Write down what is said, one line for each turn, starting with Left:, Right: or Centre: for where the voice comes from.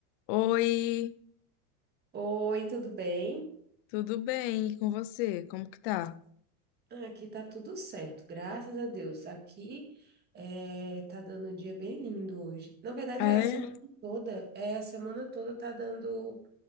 Left: Oi,
Right: Oi, tudo bem?
Left: tudo bem? E com você? Como que tá?
Right: Ah, Aqui tá tudo certo, graças a Deus. Aqui eh, tá dando um dia bem lindo hoje. Na verdade,
Left: Ah,
Right: a semana
Left: É?
Right: toda, é, a semana toda tá dando